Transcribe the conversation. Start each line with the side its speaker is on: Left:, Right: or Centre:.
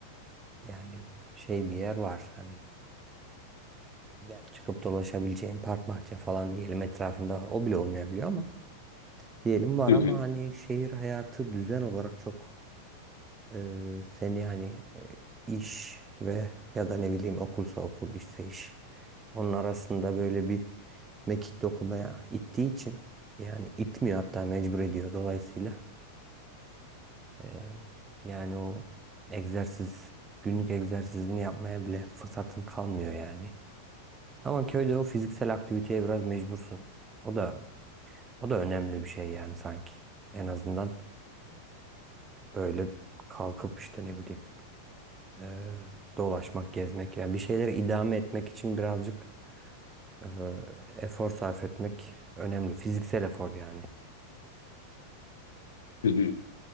Right: yani şey bir yer var hani yani çıkıp dolaşabileceğin park bahçe falan diyelim etrafında o bile olmayabiliyor ama diyelim var
Left: Hı
Right: ama
Left: hı,
Right: hani şehir hayatı düzen olarak çok e, seni hani e, iş ve ya da ne bileyim okulsa okul işse iş onun arasında böyle bir mekik dokumaya ittiği için yani itmiyor hatta mecbur ediyor dolayısıyla Ee, yani o egzersiz, günlük egzersizini yapmaya bile fırsatın kalmıyor yani. Ama köyde o fiziksel aktiviteye biraz mecbursun. O da o da önemli bir şey yani sanki. En azından böyle kalkıp işte ne bileyim ee, dolaşmak, gezmek yani bir şeyleri idame etmek için birazcık ee, efor sarf etmek önemli. Fiziksel efor yani.
Left: hı hı.